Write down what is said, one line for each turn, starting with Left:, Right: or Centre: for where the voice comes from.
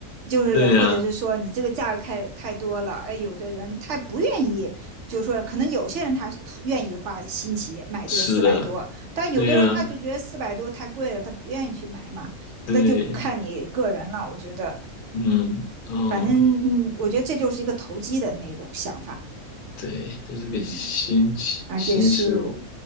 Right: 就是或者是说你这个价格太太多了，
Left: 对呀，
Right: 哎，有的人他不愿意，就是说可能有些人他愿意花新奇买这个四百多，
Left: 是的，
Right: 但有的人他就觉得四百多太贵了，
Left: 对呀，
Right: 他不愿意去买嘛，
Left: 对。
Right: 那就看你个人了，我觉得，
Left: 嗯，哦，
Right: 反正我觉得这就是一个投机的那种想法，
Left: 对，这是个新新事物，
Right: 嗯，而且是，